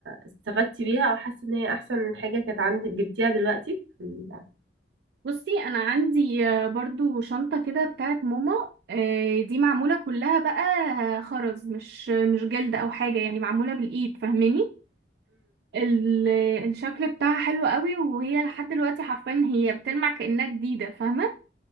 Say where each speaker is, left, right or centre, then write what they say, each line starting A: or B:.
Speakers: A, on the right; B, on the right.
A: استفدتي بيها أو حاسة ان هي أحسن من حاجة كانت عندك جبتيها دلوقتي امم
B: بصي انا عندي آه، برضو شنطة كده بتاعت ماما آه، دي معمولة كلها بقى آه، خرز مش مش جلد او حاجة يعني معمولة بالايد فاهماني ال- الشكل بتاعها حلو قوي وهي لحد دلوقتي حرفيا هي بتلمع كأنها جديدة فاهمة